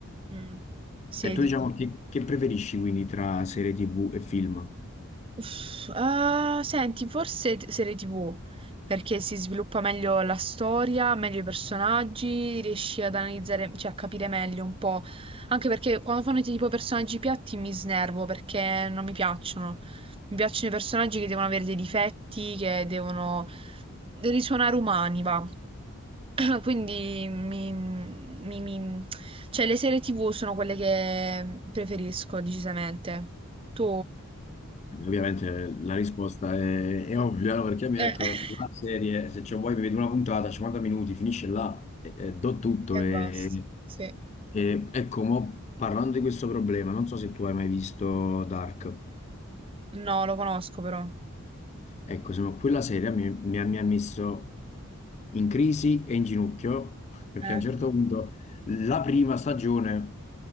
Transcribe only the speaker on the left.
E tu
diciamo che, che preferisci quindi tra serie TV e film?
Ovviamente la risposta è, è ovvia, no? perché a me
ecco,
la serie, se c'ho voglia mi vedo una puntata, 50 minuti, finisce là, e, e do tutto.
E,
e- ecco, mo, parlando di questo problema, non so se tu hai mai visto Dark.
Ecco, insomma, quella serie mi, mi- ha mi ha messo in crisi e in ginocchio, perché
a un certo punto la prima stagione